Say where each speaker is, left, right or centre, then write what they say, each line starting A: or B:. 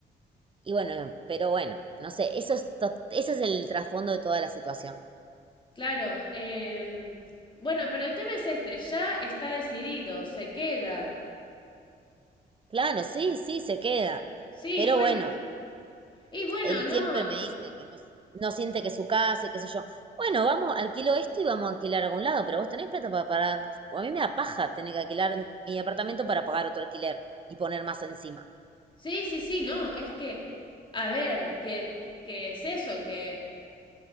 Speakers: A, on the right; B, on the left.
A: y bueno, pero bueno, no sé, eso es to- ese es el trasfondo de toda la situación.
B: claro. em, bueno, pero el tema es este, ya está decidido, se queda.
A: Claro, sí, sí, se queda.
B: Sí,
A: Pero
B: bueno.
A: bueno,
B: Y bueno,
A: él
B: no.
A: siempre me dice que no, no siente que es su casa y qué sé yo. Bueno, vamos, alquilo esto y vamos a alquilar a algún lado, pero vos tenés plata para pagar. A mí me da paja tener que alquilar mi apartamento para pagar otro alquiler y poner más encima.
B: Sí, sí, sí, no, es que, a ver, que, que es eso, que